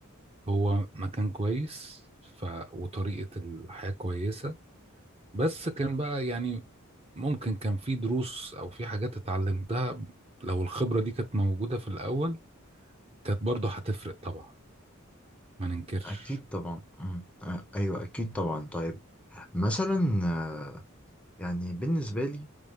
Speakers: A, on the right; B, in the centre.
A: هو مكان كويس ف... وطريقة الحياة كويسة بس كان بقى يعني ممكن كان في دروس أو في حاجات اتعلمتها لو الخبرة دي كانت موجودة في الأول كانت برضه هتفرق طبعا ما ننكرش
B: أكيد طبعا أمم، آه ايوه اكيد طبعا طيب مثلا آه يعني بالنسبة لي